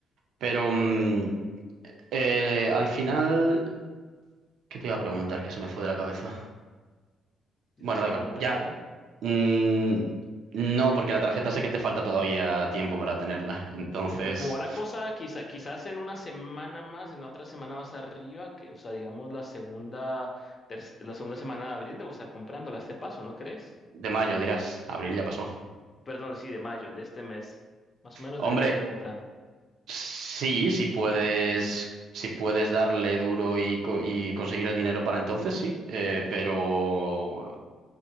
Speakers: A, on the right; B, on the left.
A: Pero mm, eh, al final, ¿qué te iba a preguntar que se me fue de la cabeza?
B: Quizás
A: Bueno,
B: sobre
A: da igual.
B: la
A: Ya,
B: tarjeta.
A: Mm, no, porque la tarjeta sé que te falta todavía tiempo para tenerla. Entonces,
B: Pero como va la cosa, quizá, quizás en una semana más, en la otra semana más arriba, que, o sea, digamos la segunda, terc- la segunda semana de abril debo estar comprándola a este paso, ¿no crees?
A: de mayo dirás, abril ya pasó.
B: Perdón, sí, de mayo, de este mes. Más o menos
A: Hombre,
B: debería estar comprando.
A: sí, si puedes, si puedes darle duro y, co- y conseguir el dinero para entonces, sí. Eh, pero,